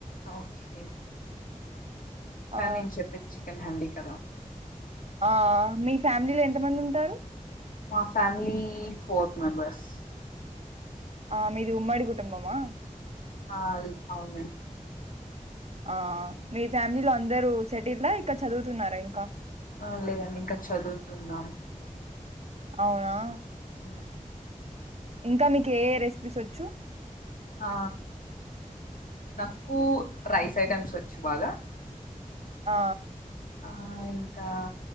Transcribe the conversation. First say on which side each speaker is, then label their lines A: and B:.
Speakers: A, on the left; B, on the right.
A: ఒకే కానీ
B: ఆ
A: నేను చెప్పిది చికెన్ హుండీ కద
B: ఆ మీ ఫ్యామిలీలో ఎంతమంది ఉంటారు
A: మా ఫ్యామిలీ ఫోర్ మెంబర్స్
B: ఆ మీది ఉమ్మడి కుటుంబమా
A: ఆ అది అవునండి
B: ఆ మీ ఫ్యామిలీలో అందరూ సెటిల్డ్ ఆ ఇకా చదువుతున్నారా ఇంకా
A: ఆ లేదండి ఇంకా చదువుతున్నాము
B: అవునా
A: అ
B: ఇంకా మీకు ఏ ఏ రెసిపీస్ వచ్చు
A: ఆ నాకు రైస్ ఐటమ్స్ వచ్చు బాగా
B: ఆ
A: ఆ ఇంకా